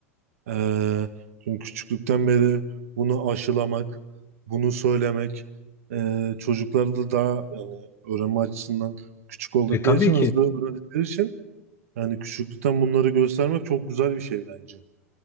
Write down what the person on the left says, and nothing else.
E tabii
ki.